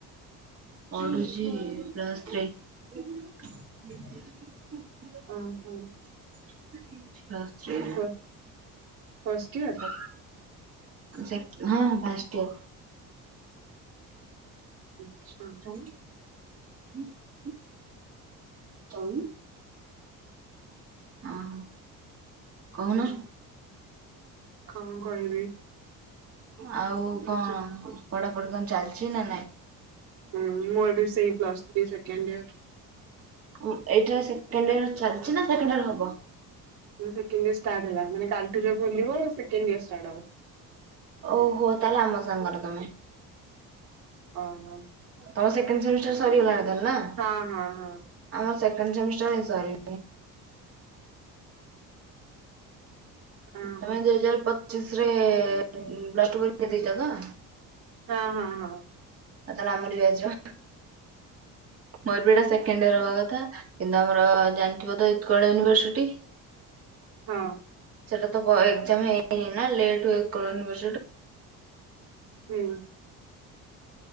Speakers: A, on the right; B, on the right.
A: ପଢୁଛି ପ୍ଲଶ୍ ଥ୍ରୀ। <unintelligible>
B: ଓହୋ ଫ ଫଷ୍ଟ ଇୟର?
A: ହଁ ସେକ୍ ହଁ ଫାଷ୍ଟ୍ ଇଅର୍।
B: ଆଚ୍ଛା।
A: <unintelligible> ଓହୋ କହୁନ।
B: ହୁଁ କଣ କହିବି?
A: ଆଉ କଣ
B: କିଛି
A: ପଢାପଢି କଣ ଚାଲିଛି ନା ନାଇଁ?
B: ହୁଁ ମୋର ବି ସେଇ ପ୍ଲସ ତ୍ରି ସେକେଣ୍ଡ ଇୟର।
A: ଉଁ ଏଇଟା ସେକେଣ୍ଡ ଇଅର ଚାଲିଛି ନା ସେକେଣ୍ଡ ଇୟର୍ ହବ?
B: ସେକେଣ୍ଡ ଇୟର୍ ଷ୍ଟାର୍ଟ ହେଲା ମାନେ କାଲିଠୁ ଯଉ ଖୋଲିବ ସେକେଣ୍ଡ ଇୟର୍ ଷ୍ଟାର୍ଟ ହବ।
A: ଓହୋ ତାହେଲେ ଆମ ସାଙ୍ଗର ତମେ।
B: ଓହୋ।
A: ତମ ସେକେଣ୍ଡ ସେମିଷ୍ଟର ସରିଗଲାଣି ତାହେଲେ ନା?
B: ହଁ ହଁ ହଁ।
A: ଆମର ସେକେଣ୍ଡ ସେମିଷ୍ଟାର ହେଁ ସରି
B: ହଁ
A: ତମେ
B: ହଁ
A: ଦୁଇ ହଜାର ପଚିଶରେ ପ୍ଲଶ୍ ଟୁ ପରୀକ୍ଷା ଦେଇଛ ତ?
B: ହଁ ହଁ ହଁ।
A: ଆଉ ତାହେଲେ ଆମରି ବ୍ୟାଚ୍ ର। ମୋର ବି ଏଟା ସେକେଣ୍ଡ ଇୟର ହବା କଥା କିନ୍ତୁ ଆମର ଜାଣିଥିବ ତ ଉତ୍କଳ ୟୁନିଭର୍ସିଟି
B: ହଁ।
A: ସେଇଟା ତ ଭ ଏକ୍ଜାମ ହେଇନି ନା ଲେଟ୍ ହୁଏ ଉତ୍କଳ ୟୁନିଭର୍ଶିଟିରେ।
B: ହୁଁ।